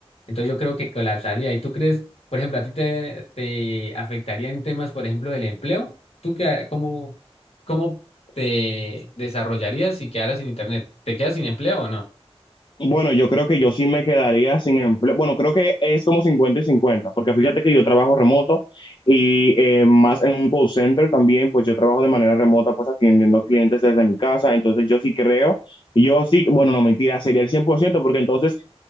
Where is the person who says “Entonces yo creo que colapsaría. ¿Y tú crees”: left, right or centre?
Left